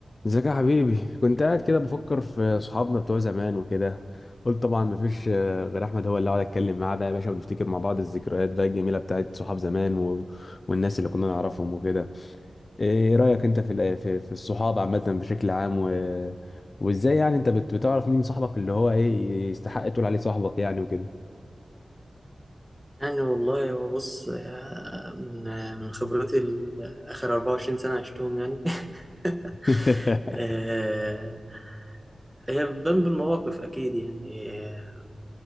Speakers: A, on the left; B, in the centre.
A: ازيك يا حبيبي كنت قاعد كده بفكر في صحابنا بتوع زمان وكده قلت طبعا مفيش آه، غير احمد هو اللي اقعد اتكلم معاه بقى يا باشا ونفتكر مع بعض الذكريات بقى الجميله بتاعت صحاب زمان و... والناس اللي كنا نعرفهم وكده ايه رايك انت في ال- في, في الصحاب عامه بشكل عام و... وازاي يعني انت بت... بتعرف مين صاحبك اللي هو ايه يستحق تقول عليه صاحبك يعني وكده
B: يعني والله هو بص آه، من آه، من خبرتي ال- آخر 24 سنة عشتهم يعني <laughs>
A: <laughs>
B: آه، هي بتبان بالمواقف أكيد يعني آه،